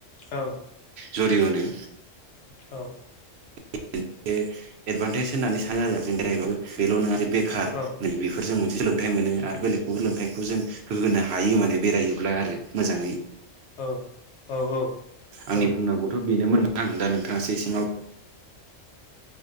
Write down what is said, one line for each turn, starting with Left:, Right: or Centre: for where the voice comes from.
Left: औ
Right: जरिअ'नो
Left: औ
Right: <unintelligible> एडभान्टेज होननानै सानो आरो जों बेरायबो बेल' नङा। बेखार
Left: औ
Right: नै बेफोर जों मोनसे सोलोंथाइ मोनो। आरो बेलेगखौ सोलोंथाइखौ जों होहोनो हायो। हायो माने बेरायोब्ला आरो मोजाङै।
Left: औ औ औ
Right: आंनि बुंनांगौथ' बेनोमोन आं दा नोंथाङासो एसे मा बु